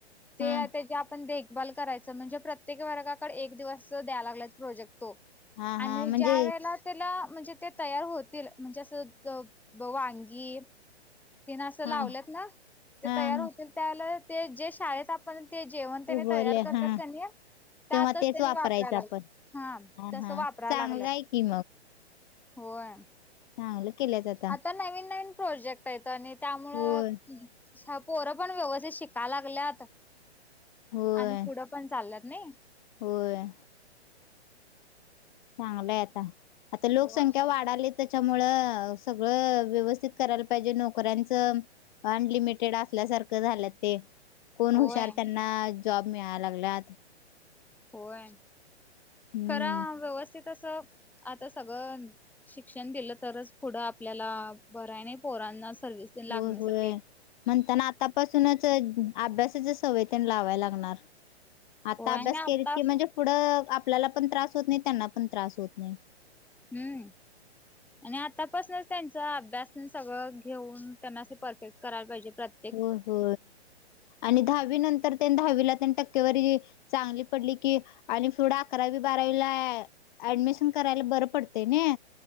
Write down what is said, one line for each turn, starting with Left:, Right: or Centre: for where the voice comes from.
Centre: ते
Left: हा
Centre: त्याची आपण देखभल करायच म्हणजे प्रत्येक वर्गाकडे एक दिवस ते द्या लागल्यात प्रोजेक्ट तो,
Left: हा
Centre: आणि
Left: हा म्हणजे
Centre: ज्या वेळेला त्याला म्हणजे ते तयार होतील म्हणजें असं वांगी तीन अस
Left: हा
Centre: लावल्यात ना, ते
Left: हा
Centre: तयार होतील त्या ते जे शाळेत पण ते जेवण त्यानी
Left: उगवले
Centre: तयार करतात
Left: हा
Centre: कणी, त्यातच
Left: तेव्हा तेच
Centre: त्यानी
Left: वापरायचं
Centre: वापर परा
Left: आपण
Centre: हा, तस
Left: हा
Centre: वापराला
Left: चांगलं
Centre: लागलंत,
Left: आहे की
Centre: होय.
Left: हा हे केल्यागत.
Centre: आता नवीन-नवीन प्रोजेक्ट येत आणि त्यामुळं.
Left: होय
Centre: पोरं पण व्यवस्थित शिकाय लागल्यात,
Left: होय
Centre: आणि पुढं पण चालल्यात नाही.
Left: होय. चांगलंय आता, आता लोकसंख्या
Centre: होय
Left: वाढाली तर त्याच्यामुळ सगळं व्यवस्थित करायला पाहिजे नोकऱ्यांचं. अनलिमिटेड असल्यासारखं झालं ते. कोण
Centre: होय
Left: हुशार त्यांना जॉब मिळा लागल्यात.
Centre: होय,
Left: हम्म
Centre: खरा व्यवस्थित अस आता सगळं. शिक्षण दिलं तरच पुढं आपल्याला बऱ्याने पोरांना सर्विस. लागण्यासाठी
Left: होय होय, म्हणताना आतापासूनच अभ्यासाचे सवय तेण लावाय लागणार, आता
Centre: होय
Left: अभ्यास
Centre: ना आता
Left: केलीत की म्हणजे पुढं आपल्याला पण त्रास होत नाही त्यांना पण त्रास होत नाही.
Centre: हम्म. आणि आतापासंच त्यांचा अभ्यास सगळं घेऊन त्यांना अस परफेक्ट करायला पाहिजे प्रत्ये
Left: हो हो, आणि दहावी नंतर त्या दहावीला त्यां टक्केवारी. चांगली पडली की आणि पुढं अकरावी बारावीला ऍडमिशन करायला बरं पडते नइ.